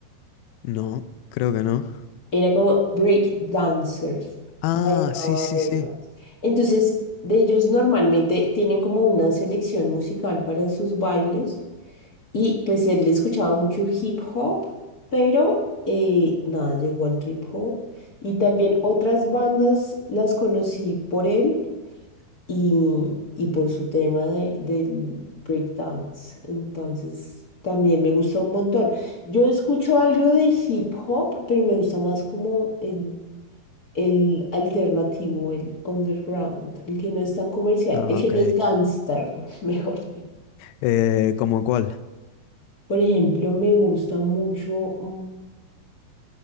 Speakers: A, on the left; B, on the left.
A: No, creo que no.
B: Era como break dancers
A: Ah,
B: bailaba
A: sí, sí,
B: break
A: sí.
B: dance. Entonces, de ellos normalmente tienen como una selección musical para sus bailes y pues él escuchaba mucho hip hop, pero eh, nada, llegó al trip hop. Y también otras bandas las conocí por él y, y por su tema de, del break dance. Entonces, también me gusta un montón. Yo escucho algo de hip hop, pero me gusta más como el el alternativo, el underground, el que no es tan comercial,
A: Ah,
B: el que
A: ok.
B: no es gangster, <laughs> mejor dicho.
A: Eh, ¿cómo cuál?
B: Por ejemplo, me gusta mucho. mm,